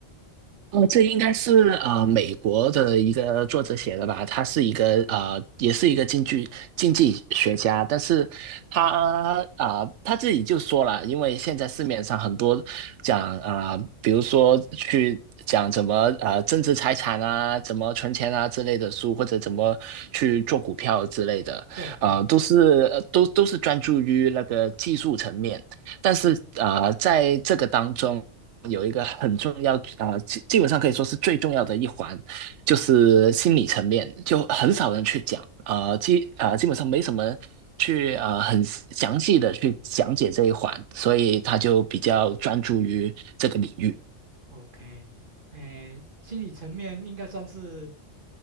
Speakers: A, on the right; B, on the right.
A: 哦，这应该是呃美国的一个作者写的吧？他是一个呃，也是一个经济经济学家，但是他啊、
B: 对，嗯，
A: 呃他自己就说了，因为现在市面上很多讲啊、呃比如说去讲怎么啊增值财产啊，怎么存钱啊之类的书，或者怎么去做股票之类的，
B: 对，
A: 呃，
B: 哎
A: 都是呃都都是专注于那个技术层面。但是啊，呃在这个当中，有一个很重要，呃，基基本上可以说是最重要的一环，就是心理层面，就很少人去讲，呃，基呃基本上没什么去呃很详细的去讲解这一环，所以他就比较专注于这个领域。
B: ，OK，哎，心理层面应该算是。